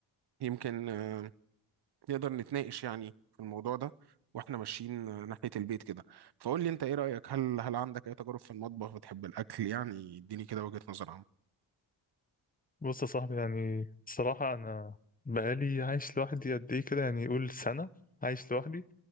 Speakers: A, on the right (about 55°); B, on the left (about 20°).
A: يمكن آه، نقدر نتناقش يعني في الموضوع ده واحنا ماشيين آه، ناحيه البيت كده فقول لي انت ايه رايك هل هل عندك اي تجارب في المطبخ بتحب الاكل يعني اديني كده وجهه نظر عامه
B: بص يا صاحبي يعني الصراحة أنا بقالي عايش لوحدي قد إيه كده يعني يقول سنة عايش لوحدي